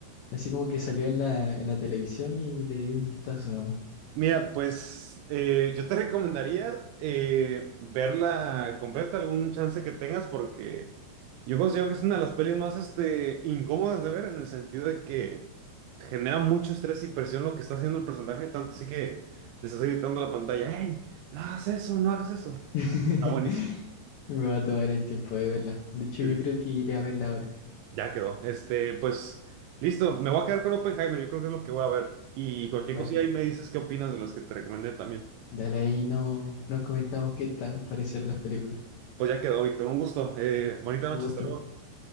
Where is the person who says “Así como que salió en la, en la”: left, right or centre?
Left